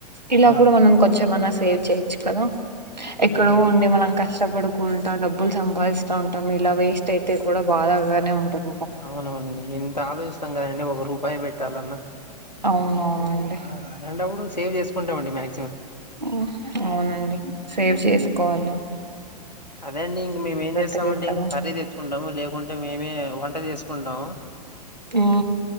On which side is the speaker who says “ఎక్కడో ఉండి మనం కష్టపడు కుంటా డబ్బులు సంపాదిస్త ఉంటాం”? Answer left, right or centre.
Right